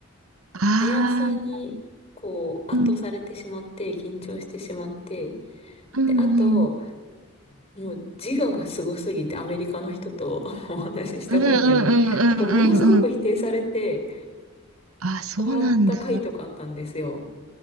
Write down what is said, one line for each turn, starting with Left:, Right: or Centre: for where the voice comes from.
Right: ああ、
Left: 速さに、こう、
Right: うん。
Left: 圧倒されてしまって、緊張してしまって。
Right: うんうん。
Left: で、あと、もう自我がすごすぎてアメリカの人と <laughs> お話しした時に、
Right: うんうんうんうんうんうん。
Left: なんかものすごく否定されて
Right: あ、そうなんだ。
Left: 終わった回とかあったんですよ。